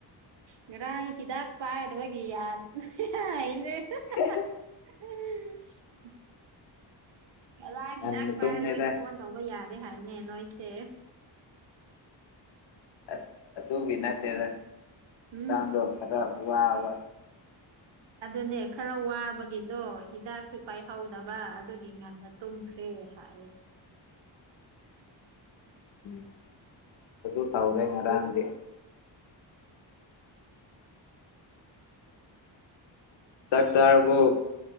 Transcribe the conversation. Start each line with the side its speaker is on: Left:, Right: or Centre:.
Right: ꯉꯥꯔꯥꯡ ꯍꯤꯗꯥꯛ ꯄꯥꯏꯔꯨꯕꯒꯤ ꯌꯥ ꯍꯥꯏꯌꯦꯅꯦ
Left: <unintelligible>
Right: <unintelligible> ꯉꯥꯔꯡ
Left: ꯉꯟꯅ
Right: ꯍꯤꯗꯥꯛ ꯄꯥꯏꯔꯨꯕꯒꯤ
Left: ꯇꯨꯝꯃꯦꯗ
Right: ꯐꯣꯟ ꯇꯧꯕ ꯌꯥꯗꯦ ꯍꯥꯏꯕꯅꯦ ꯅꯣꯏꯁꯦ
Left: ꯑꯁ ꯑꯗꯨꯒꯤ ꯅꯠꯇꯦꯗ
Right: ꯎꯝ
Left: ꯆꯥꯡꯗꯣ ꯈꯔ ꯋꯥꯕ
Right: ꯑꯗꯨꯅꯦ ꯈꯔ ꯋꯥꯕꯒꯤꯗꯣ ꯍꯤꯗꯥꯛꯁꯨ ꯄꯥꯏꯍꯧꯗꯕ ꯑꯗꯨꯒꯤ ꯉꯟꯅ ꯇꯨꯝꯈꯔꯦ ꯍꯥꯏꯌꯦ
Left: ꯎꯝ ꯑꯗꯨ ꯇꯧꯔꯦ ꯉꯔꯥꯡꯗꯤ ꯆꯥꯛ ꯆꯥꯔꯕꯣ